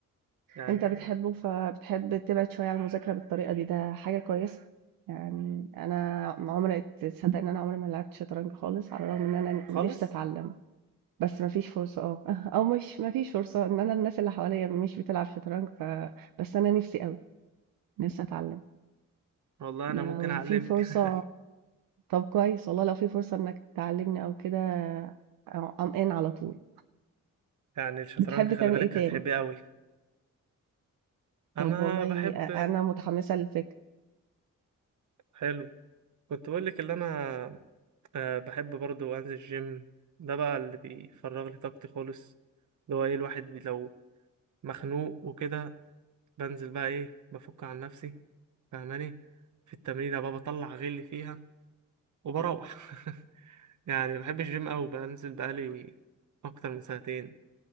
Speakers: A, on the right; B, on the right.
A: يعني
B: انت بتحبه فبتحب تبعد شوية عن المذاكرة بالطريقة دي ده حاجة كويسة يعني انا عمري تصدق ان انا عمري ما لعبت شطرنج خالص على الرغم ان انا
A: خالص
B: نفسي اتعلم بس مفيش فرصة اه <laughs> او مش مفيش فرصة ان انا الناس اللي حواليا مش بتلعب شطرنج ف... بس انا نفسي قوي نفسي اتعلم
A: والله انا
B: لو
A: ممكن اعلمك
B: في فرصة
A: <laughs>
B: طب كويس والله لو في فرصة إنك تعلّمني أو كده أ I'm in على طول.
A: يعني الشطرنج
B: بتحب
A: خلي
B: تعمل
A: بالك
B: إيه تاني؟
A: هتحبيه اوي انا
B: طب والله
A: بحب
B: أ أنا متحمسة للفكرة.
A: حلو كنت بقولك اللي انا أه بحب برضو انزل الجيم ده بقى اللي بيفرغ لي طاقتي خالص اللي هو ايه الواحد بي- لو مخنوق وكده بنزل بقى ايه بفك عن نفسي فاهماني في التمرين بقى بطلع غلي فيها وبروح <laughs> يعني بحب الجيم أوي بنزل بقالي اكتر من سنتين